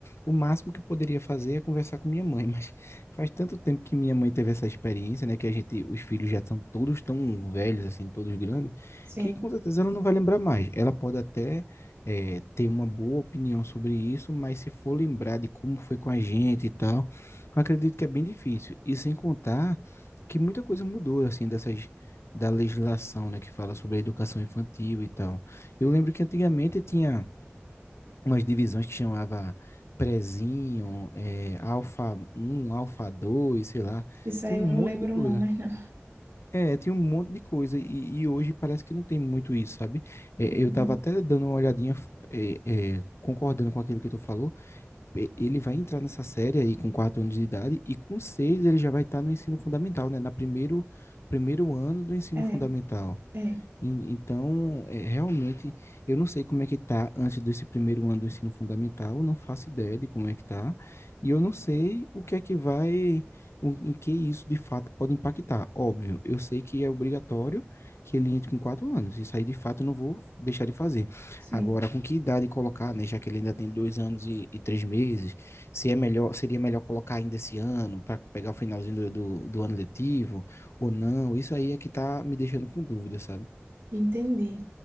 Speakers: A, on the left; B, on the right.
A: o máximo que poderia fazer é conversar com minha mãe. <laughs> Mas faz tanto tempo que minha mãe teve essa experiência, né? Que a gente, os filhos já estão todos tão velhos, assim, todos grandes,
B: Sim.
A: que com certeza ela não vai lembrar mais. Ela pode até é, ter uma boa opinião sobre isso, mas se for lembrar de como foi com a gente e tal Acredito que é bem difícil. E sem contar que muita coisa mudou, assim, dessas da legislação, né, que fala sobre a educação infantil e tal. Eu lembro que antigamente tinha umas divisões que chamava prezinho, é, alfa um, alfa 2, sei lá.
B: Isso aí
A: Tinha
B: eu
A: um monte
B: não lembro,
A: de coisa.
B: não, mas não.
A: É, tinha um monte de coisa. E, e hoje parece que não tem muito isso, sabe? É,
B: Uhum.
A: eu tava até dando uma olhadinha, é, é, concordando com aquilo que tu falou ele vai entrar nessa série aí com quatro anos de idade e com seis ele já vai estar no ensino fundamental, né? Na primeiro, primeiro ano do ensino
B: É,
A: fundamental.
B: é,
A: En- Então, é, realmente, eu não sei como é que tá antes desse primeiro ano do ensino fundamental, Eu não faço ideia de como é que tá, e eu não sei o que é que vai, o- em que isso de fato pode impactar. Óbvio, eu sei que é obrigatório que ele entre com quatro anos, isso aí de fato eu não vou deixar de fazer.
B: sim.
A: Agora, com que idade colocar, né, já que ele ainda tem dois anos e, e três meses, se é melhor, seria melhor colocar ainda esse ano, para pegar o finalzinho do, do do ano letivo, ou não, isso aí é que tá me deixando com dúvida, sabe?
B: Entendi.